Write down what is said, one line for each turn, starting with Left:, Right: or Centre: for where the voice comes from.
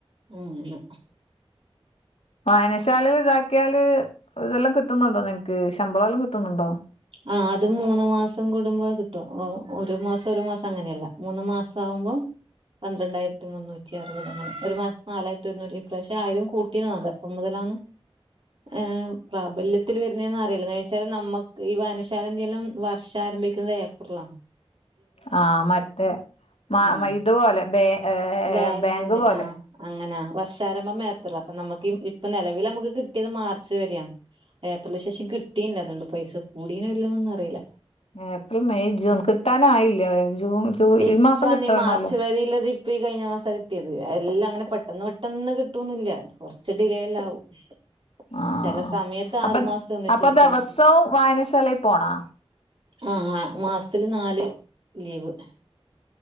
Right: ഉം ന്.
Left: വായനശാലേൽ ഇതാക്കിയാല് ഇതെല്ലാം കിട്ടുന്നുണ്ടോ നിങ്ങക്ക് ശമ്പള എല്ലാം കിട്ടുന്നുണ്ടോ?
Right: ആ അതും മൂന്ന് മാസം കൂടുംമ്പം കിട്ടും ഒരു മാസം ഒരു മാസം അങ്ങനെയല്ല. മൂന്ന് മാസം ആവുമ്പം. പന്ത്രണ്ടായിരത്തി മുന്നൂറ്റി അറുപത് അങ്ങനെ ഒരു മാസം നാലായിരത്തി ഒരുന്നൂറ്റി ഇപ്രാവ്ശ്യം ആയിരം കൂട്ടിന്ന്. <unintelligible> എപ്പം മുതലാണ് ഹ് പ്രാബല്യത്തിൽ വരുന്നേന്ന് അറിയില്ല ഐന്ന്ച്ചാൽ നമ്മ. ക്ക് ഈ വായനശാലന്റെയെല്ലാം വർഷം ആരംഭിക്കുന്നത് ഏപ്രിലാ
Left: ആഹ് മറ്റേ
Right: ആഹ്
Left: മഇതുപോലെ ബേബേങ്ക്
Right: ബാങ്കിന്
Left: പോലെ.
Right: ആഹ് അങ്ങനാ വർഷാരംഭം ഏപ്രിലാ അപ്പൊ നമുക്ക് ഇപ്പൊ നെലവിൽ നമുക്ക് കിട്ടിയത് മാർച്ച് വരെയാണ് ഏപ്രിൽ ശേഷം കിട്ടിയില്ല അതുകൊണ്ട് പൈസ കൂടീനൊ ഇല്ലൊന്നും അറിയില്ല.
Left: ഏപ്രിൽ, മെയ്, ജൂൺ കിട്ടാനായില്ല ഹ് ജൂൺ. ജൂലൈ
Right: ഇപ്പ
Left: ഈ മാസം കിട്ടണല്ലോ
Right: നീ മാർച്ച് വരിയില്ലത്. ഇപ്പ ഈ കഴിഞ്ഞ മാസാ കിട്ടിയത് എല്ലാം അങ്ങനെ പെട്ടെന്ന് പെട്ടെന്ന് കിട്ടൊന്നുല്ല കൊർച്ച് ഡിലേ അല്ലാവും. <inaudible>
Left: ആഹ്
Right: ചെല സമയത്ത്
Left: അപ്പൊ
Right: ആറുമാസത്തെ ഒന്നിച്ച്
Left: അപ്പൊ
Right: കിട്ടും.
Left: ദിവസവും വായനശാലയിൽ പോണോ
Right: ആ ആഹ് മാസത്തില് നാല് ലീവ്.